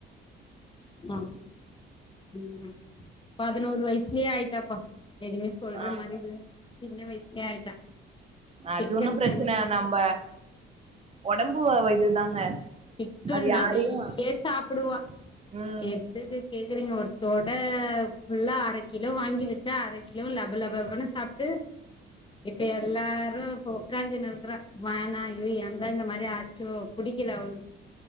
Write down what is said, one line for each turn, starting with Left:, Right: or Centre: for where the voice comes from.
Left: ஆமா ம் பதினோரு வயஸ்லயே ஆயிட்டாப்பா எதுமே சொல்ற
Right: ஆ
Left: மாரி இல்ல சின்ன வயஸ்லே ஆயிட்டா
Right: அது
Left: சிக்கன்
Right: ஒன்னும் பிரச்சனை
Left: செஞ்சு
Right: நம்ம உடம்பு வ இதுதாங்க
Left: சிக்கன்
Right: அது
Left: நெறைய
Right: யாரையு
Left: சாப்புடுவா
Right: ம்
Left: எதுக்கு கேக்குறீங்க ஒருத்தொட புல்லா அரை கிலோ வாங்கி வச்சா அரை கிலோ லபலப லபன்னு சாப்ட்டு இப்ப எல்லாரு ப்ப உக்காஞ்சி இருக்குறா வானா ஐயோ ஏந்தா இந்த மாரி ஆச் சோ புடிக்கலா அவளுக்